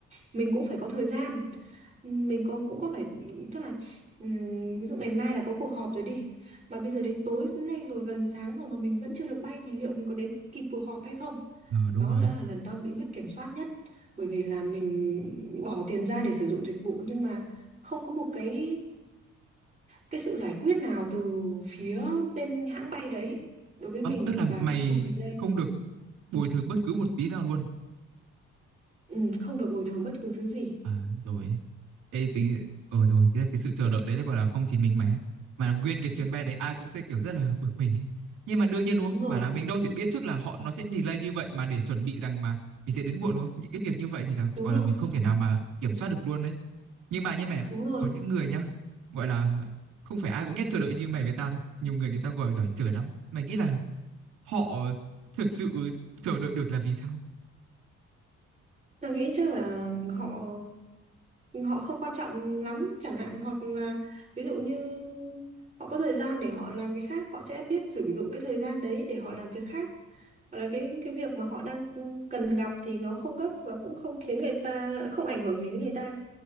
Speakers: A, on the right; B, on the right.
A: mình cũng phải có thời gian mình có cũng có phải tức là ừm, ví dụ ngày mai là có cuộc họp rồi đi mà bây giờ đến tối nay rồi gần sáng rồi mà mình vẫn chưa được bay thì liệu mình có đến kịp cuộc họp hay không
B: ờ đúng
A: đó
B: rồi
A: đã
B: á
A: là lần tao bị mất kiểm soát nhất bởi vì là mình bỏ tiền ra để sử dụng dịch vụ nhưng mà không có một cái cái sự giải quyết nào từ phía bên hãng bay đấy đối với
B: Ờ,
A: mình
B: tức là
A: và
B: mày
A: cái cuộc delay
B: không được bồi thường bất cứ một tí nào luôn
A: ừ, không được bồi thường bất cứ thứ gì
B: à rồi Ê, tính ờ rồi cái cái sự chờ đợi đấy là gọi là không chỉ mình mày á mà là nguyên cái chuyến bay đấy ai cũng sẽ kiểu rất là bực mình ấy nhưng mà đương nhiên đúng
A: đúng
B: không
A: rồi
B: bảo là mình đâu thể biết trước là họ nó sẽ delay như vậy mà để chuẩn bị rằng mà mình sẽ đến muộn đúng không những cái việc như vậy thì là
A: đúng
B: gọi
A: rồi
B: là mình không thể nào mà kiểm soát được luôn đấy nhưng mà như mày ạ
A: đúng rồi
B: có những người nhá gọi là không phải ai cũng ghét chờ đợi như mày với tao đâu nhiều người người ta gọi giỏi chờ lắm mày nghĩ là họ thực sự chờ đợi được là vì sao
A: tôi nghĩ chắc là họ họ không quan trọng lắm chẳng hạn hoặc là ví dụ như họ có thời gian để họ làm cái khác họ sẽ biết sử dụng cái thời gian đấy để họ làm việc khác hoặc là cái cái việc mà họ đang cần gặp thì nó không gấp và cũng không khiến người ta không ảnh hưởng gì đến người ta